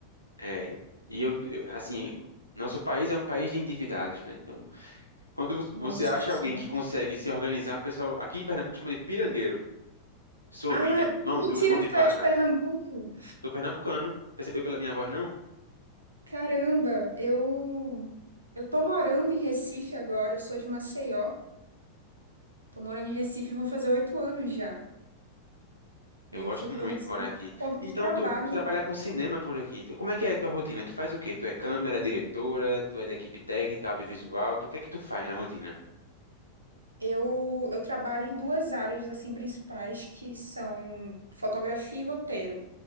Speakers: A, on the left; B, on the right.
A: É. E eu, eu assim, nosso país é um país de endividados, né? Então, Quando vo-
B: Nossa
A: você acha
B: Senhora.
A: alguém que consegue se organizar, o pessoal aqui em Pernambuco chama de pirangueiro. Sou
B: Ah,
A: vida, mão
B: mentira
A: dura, mão de
B: que tu
A: vaca.
B: é de Pernambuco.
A: Sou pernambucano. Percebeu pela minha voz, não?
B: Caramba, eu eu tô morando em Recife agora, eu sou de Maceió. Tô morando em Recife, vão fazer oito anos já.
A: Eu
B: E eu
A: gosto
B: fui pro
A: muito
B: Recife
A: de morar aqui.
B: por conta
A: Então,
B: de trabalho.
A: tu, tu trabalha com cinema por aqui. Então, Como é que é a tua rotina? Tu faz o quê? Tu é câmera, diretora, tu é da equipe técnica, audiovisual, tu, o que é que tu faz na rotina?
B: Eu, eu trabalho em duas áreas assim principais que são fotografia e roteiro.